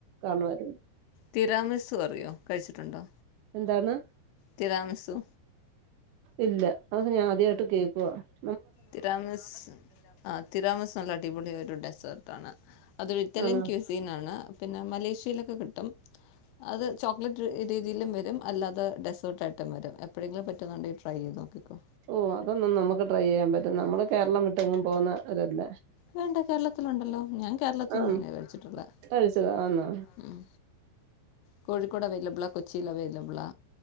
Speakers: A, on the right; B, on the left.
A: കാണുമായിരുന്നു
B: തിരാമിസ് റിയോ കഴിച്ചിട്ടുണ്ടോ
A: എന്താണ്
B: തിരാ സു
A: ഇല്ല അത് <unintelligible>
B: തിരാമസ് ആ തിരാമസ് നല്ല അടിപൊളി ഒരു ഡെസേർട്ടാണ് അതൊരു ഇറ്റാലിയൻ
A: ആണോ
B: ക്യൂസീൻ ആണ്, പിന്നെ മലേഷ്യയിലൊക്കെ കിട് ഉം, അത് ചോക്ലേറ്റ് രീതിയിലും വെരും അല്ലാതെ ഡെസേർട്ടായിട്ടും വെരും. എപ്പഴെങ്കിലും പറ്റുന്നുണ്ടെങ്കി ട്രൈ ചെയ്ത് നോക്കിക്കോ.
A: ഓ അതൊന്നും നമ്മക്ക് ട്രൈ ചെയ്യാൻ പറ്റോ, നമ്മള് കേരളം വിട്ടെങ്ങും പോവുന്ന ഒരല്ല
B: വേണ്ട കേരളത്തിലുണ്ടല്ലോ, ഞാൻ കേരളത്തീന്ന്
A: ആഹ്
B: തന്നെയാ കഴിച്ചിട്ടുള്ളെ,
A: കഴിച്ചതാ ആന്നോ
B: ഉം, കോഴിക്കോട് അവൈലബിളാ കൊച്ചീലവൈൽ ലബിളാ